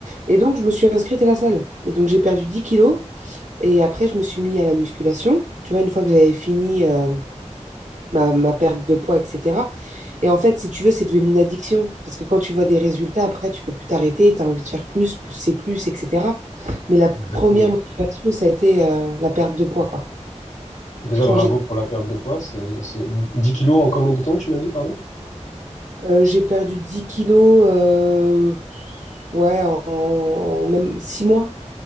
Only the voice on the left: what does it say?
Exactement.
Déjà,
bravo
pour la perte de poids. C'est, c'est 10 kilos en combien de temps, tu m'as dit, pardon?